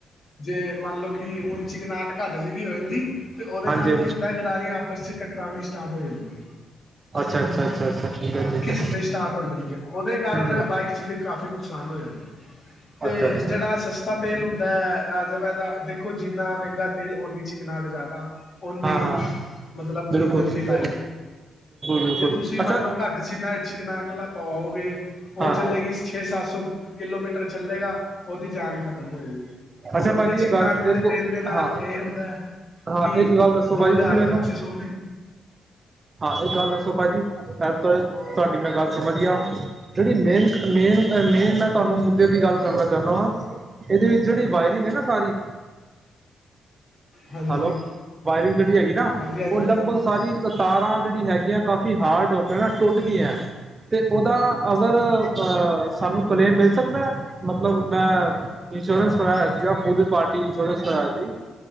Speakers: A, on the left; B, on the right.
A: ਜੇ ਮੰਨ ਲਓ ਕਿ ਹੁਣ ਚੀਕਨਾਟ ਘੱਟ ਜੇਗੀ ਓਇਲ ਦੀ ਤੇ ਉਹਦੇ
B: ਹਾਂਜੀ
A: ਨਾਲ ਕੀ ਹੁੰਦਾ ਹੈਗਾ ਗਰਾਰੀਆਂ ਆਪਸ ਚ ਤਕਰਾਨ ਲਈ ਸਟਾਰਟ ਹੋ ਜਾਂਦੀ ਐ।
B: ਅੱਛਾ, ਅੱਛਾ, ਅੱਛਾ, ਅੱਛਾ। ਠੀਕ ਹੈ ਠੀਕ
A: ਘਿਸਨੀ
B: ਹੈ
A: ਸਟਾਰਟ ਹੋ ਜਾਂਦੀ ਐ ਉਹਦੇ ਕਾਰਨ
B: ਹਮ
A: ਬਾਈਕ ਚ ਫਿਰ ਕਾਫੀ ਨੁਕਸਾਨ ਹੋ ਜਾਂਦਾ। ਤੇ
B: ਅੱਛਾ ਅੱਛਾ
A: ਜੇੜਾ ਸਸ ਸਸਤਾ ਤੇਲ ਹੁੰਦਾ ਐ ਵੈਦਾ ਦੇਖੋ ਜਿੰਨਾ ਮਹਿੰਗਾ ਤੇਲ ਓਨੀ ਚਿਕਣਾਟ ਜ਼ਿਆਦਾ। ਓਨੀਂ
B: ਹਾਂ ਹਾਂ
A: ਮਤਲਬ
B: ਬਿਲਕੁਲ
A: ਇੰਜਨ
B: ਬਿਲਕੁਲ
A: ਦੀ ਲਾਈਫ
B: ਬਿਲਕੁਲ
A: ਜੇ ਤੁਸੀਂ ਮੰਨ
B: ਅੱਛਾ
A: ਲਓ ਘੱਟ ਚਿਨਾਟ ਚਿਕਨਾਟ ਵਾਲਾ ਪਵਾਓਗੇ ਉਹ
B: ਹਾਂ
A: ਚਲੇੇਗੀ
B: ਹਾਂ
A: ਛੇ ਸੱਤ ਸੌ ਕਿਲੋਮੀਟਰ ਚੱਲੇਗਾ ਉਹਦੀ ਜਾਨ ਖ਼ਤਮ ਹੋ ਜੇਗੀ। ਉਹ
B: ਅੱਛਾ
A: ਵਧੀਆ
B: ਭਾਜੀ ਇਹ
A: ਚਿਕਨਾਹਟ
B: ਗੱਲ
A: ਵਾਲੇ
B: ਇੱਕ
A: ਤੇਲ ਦੇ ਨਾਲ
B: ਹਾਂ
A: ਇਹ ਹੁੰਦਾ ਐ
B: ਹਾਂ
A: ਕਿ
B: ਇੱਕ ਗੱਲ ਦੱਸੋ
A: ਦੋ
B: ਭਾਜੀ
A: ਹਜ਼ਾਰ
B: ਤੁਸੀਂ ਮੈਨੂੰ
A: ਪੱਚੀ ਸੌ ਮੇਂ
B: ਹਾਂ ਇੱਕ ਗੱਲ ਦੱਸੋ ਭਾਅ ਜੀ। ਤੁਆਡੀ ਮੈਂ ਗੱਲ ਸਮਝ ਗੇਆ, ਜੇੜੀ ਮੇਨ-ਮੇਨ-ਮੇਨ ਮੈਂ ਤਾਨੂੰ ਮੁੱਦੇ ਦੀ ਗੱਲ ਕਰਨਾ ਚਾਂਨਾ ਵਾਂ ਏਦੇ ਵਿਚ ਜੇੜੀ ਵਾਇਰਿੰਗ ਐ ਨਾ ਸਾਰੀ
A: ਹਾਂਜੀ
B: ਹੈਲੋ, ਵਾਇਰਿੰਗ ਜੇੜੀ ਹੈਗੀ ਨਾ
A: ਹਾਂਜੀ ਹਾਂਜੀ
B: ਓ ਲ ਲਗਭਗ ਸਾਰੀ ਕ ਤਾਰਾਂ ਜੇੜੀ ਹੈਗੀਆਂ ਕਾਫੀ ਹਾਰਡ ਹੋ ਕੇ ਨਾ ਟੁੱਟ ਗੀਆਂ। ਤੇ ਓਦਾ ਅਗਰ ਅਹ ਸਾਨੂੰ ਕਲੇਮ ਮਿਲ ਸਕਦੈ ਮਤਲਬ ਮੈਂ ਕਰਾਏਆ ਸੀਗਾ ਫੂਲੀ ਪਾਰਟੀ ਇੰਸ਼ੋਰੈਂਸ ਕਰਾਏਆ ਸੀ।